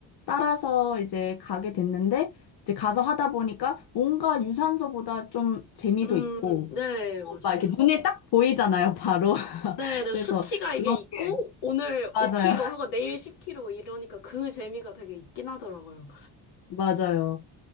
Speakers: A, on the left; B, on the left.
A: 따라서 이제 가게 됐는데 이제 가서 하다 보니까 뭔가 유산소보다 좀 재미도
B: 음,
A: 있고
B: 네,
A: 어,
B: 맞아요.
A: 막 이렇게 눈에 딱 보이잖아요, 바로. <laughs>
B: 네, 네,
A: 그래서
B: 수치가 이게
A: 그런
B: 있고,
A: 게
B: 오늘
A: 맞아요,
B: 5kg
A: <laughs>
B: 하고 내일 10kg 이러니까 그 재미가 되게 있긴 하더라고요.
A: 맞아요.